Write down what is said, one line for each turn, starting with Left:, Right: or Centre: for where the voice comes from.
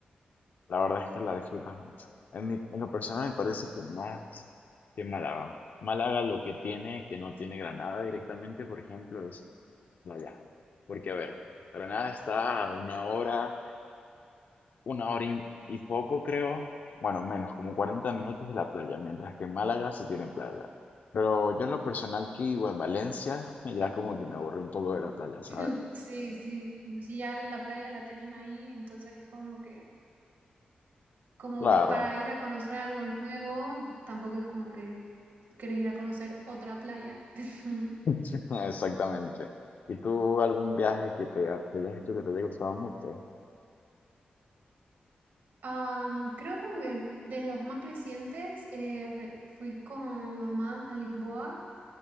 Left: la verdad es que la disfrutas mucho. En mi, en lo personal me parece que más que Málaga. Málaga lo que tiene, que no tiene Granada directamente, por ejemplo, es Vaya, porque a ver, Granada está a una hora, una hora y, y poco creo, bueno, menos, como 40 minutos de la playa, mientras que en Málaga sí tiene playa. Pero yo en lo personal que vivo en Valencia, <laughs> ya como que me aburrí un poco de la playa, ¿sabes?
Right: <laughs> Sí, sí, sí, ya la playa la tenés ahí, entonces es como que Como
Left: Claro,
Right: que para ir a conocer algo nuevo, tampoco es como que querés ir a conocer otra playa. <laughs>
Left: <laughs> exactamente. ¿Y tú algún viaje que te ha- que hayas hecho que te haya gustado mucho?
Right: Am, creo como que de los más recientes eh, re- fui con mi mamá a Lisboa